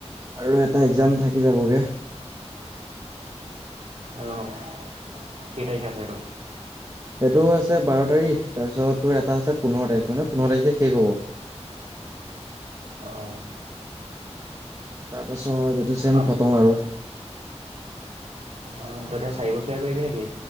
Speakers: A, on the right (about 30°); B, on the right (about 60°).
A: আৰু এটা এক্সাম থাকি যাবগে
B: অঁ কেই তাৰিখে আছে সেইটো
A: সেইটো আছে বাৰ তাৰিখ তাৰ পিছত তোৰ এটা আছে পোন্ধৰ তাৰিখ মানে পোন্ধৰ তাৰিখে শেষ হব।
B: অঁ
A: তাৰপাছত ত এইটো চেম
B: অঁ
A: খতম আৰু
B: উম, তই চাৰি বছৰীয়া কৰিবি নেকি?